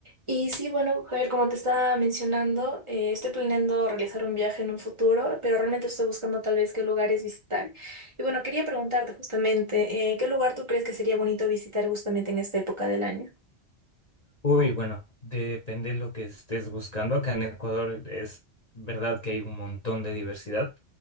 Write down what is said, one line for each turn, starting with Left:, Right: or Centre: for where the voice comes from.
Right: Y sí, bueno, Javier, como te estaba mencionando, eh, estoy planeando realizar un viaje en un futuro, pero realmente estoy buscando tal vez qué lugares visitar. Y bueno, quería preguntarte justamente, eh, ¿qué lugar tú crees que sería bonito visitar justamente en esta época del año?
Left: Uy, bueno, depende de lo que estés buscando. Acá en Ecuador es verdad que hay un montón de diversidad